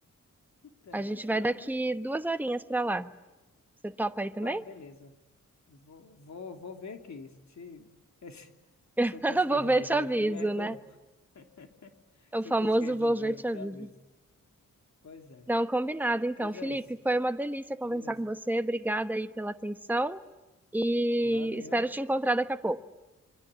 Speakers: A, on the left; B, in the centre.
A: Eita,
B: A
A: já
B: gente
A: já,
B: vai daqui
A: né?
B: duas horinhas pra lá. Você topa aí também?
A: Ah, beleza. Vou, vou, vou ver aqui. Se, <laughs>
B: <laughs>
A: se eu conseguir
B: Vou
A: resolver
B: ver, te aviso,
A: aqui, é,
B: né?
A: eu... <laughs>
B: É
A: se
B: o famoso
A: eu conseguir resolver,
B: vou ver, te
A: eu te
B: aviso.
A: aviso. Pois é.
B: Não, combinado então.
A: Pois
B: Felipe,
A: é isso.
B: foi uma delícia conversar
A: Beleza.
B: com você. Obrigada aí pela atenção e
A: Valeu.
B: espero te encontrar daqui a pouco.